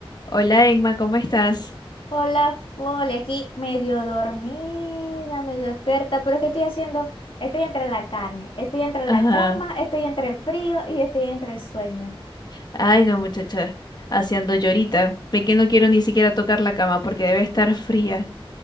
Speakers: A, on the left; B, on the left.
A: Hola, Emma, ¿cómo estás?
B: Hola, Fole, aquí medio dormida, medio despierta, pero ¿qué estoy haciendo? Estoy entre la carne, estoy entre
A: Ajá.
B: la cama, estoy entre el frío y estoy entre el sueño.
A: Ay, no, muchacha, haciendo llorita. Ve que no quiero ni siquiera tocar la cama porque debe estar fría.